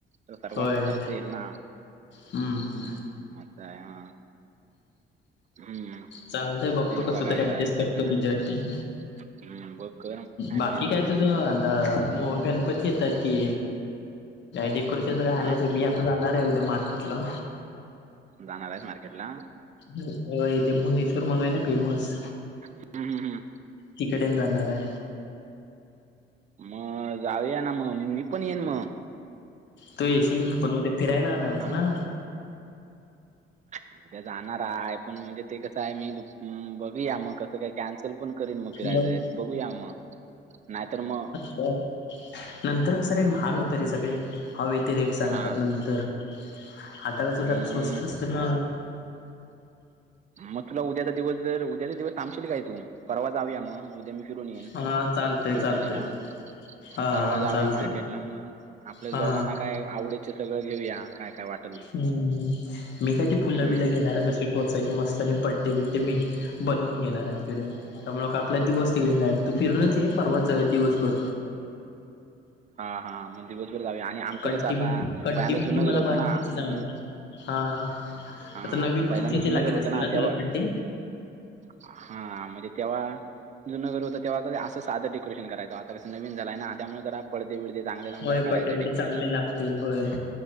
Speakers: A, on the right (about 35°); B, on the left (about 65°).
A: तर सर्वचा
B: होय
A: खर्च येईल ना.
B: हम्म
A: आताय हा हम्म.
B: चालतय बघतो
A: तेच
B: कसं
A: बघायचं
B: तरी ऍडजस्ट
A: आहे कसं
B: करतो
A: करायचं
B: तुझ्याठी
A: आहे. हम्म बघ कर ऍडजस्ट
B: बाकी काय तुझं दा मो गणपती येतात की डेकोरेशन सगळं आणायचं
A: हा
B: मी तो जाणार आहे उद्या मार्केटला.
A: जाणार आहेस मार्केट ला.
B: हम्म अ ते भुवनेश्वर म्हणू आहे ना फेमस.
A: हम्म हम्म हम्म.
B: तिकडेन जाणार आहे.
A: म जाऊया ना मग मी पण येईन म.
B: तू येशील पण, उद्या फिरायला येणार
A: हा
B: आहेस ना.
A: उद्या जाणार आहे पण, म्हणजे ते कसं आहे मी बघूया मग कसं काय? कॅन्सल पण करीन म फिराय
B: मग
A: जायच बघूया म नाहीतर म
B: तर नंतर कसं रे महाग होतं रे सगळे हवे ते रेट सांगतात
A: हा
B: नंतर. आता कसं
A: म,
B: जरा स्वस्त असत ना.
A: मग तुला उद्याचा दिवस जर उद्याचा दिवस थांबशील काय तू? परवा जाऊया मग उद्या मी फिरून येईन
B: हा चालतंय
A: जीवदानीला.
B: चालतंय हा
A: परवा जाऊया
B: चालतंय
A: मार्केटला मग, आपल्या
B: हा
A: दोघांना काय आवडे ते सगळं घेऊया काय काय वाट
B: हम्म हम्म मी काय ते फुलं
A: हम्म
B: बिला घेणार कसे. टोचायचे मस्तानी आणि पड्डे, बिड्डे मी बनवून घेणार आहे तिकडे. त्यामुळे आपला दिवस तिकडे जाईल, तू फिरूनच ये परवात जाऊ दिवसभर.
A: हा हा मग दिवसभर जाऊया आणि आमचं
B: कंटिन्यू
A: कसं आता पहिल्यांदा
B: कंटिन्यू
A: जुनघर
B: मला
A: होत
B: बनवायचीच
A: ना
B: आहे
A: जु
B: हा आता
A: हा
B: नवीन
A: पहिल्यांदा
B: उंचीचे
A: जुनं
B: लागत
A: घर होता
B: असतील
A: ना तेव्हा.
B: तुला बड्डे
A: हा. म्हणजे तेव्हा जुनं घर होत. तेव्हा कसं असं साध डेकोरेशन करायचो. आता कस नवीन झालाय ना त्यामुळे जरा परदे बिरदे चांगले लाऊन
B: होय
A: जरा करायचा
B: बड्डे बड्डे
A: डेकोरेशन.
B: चांगले लागतील होय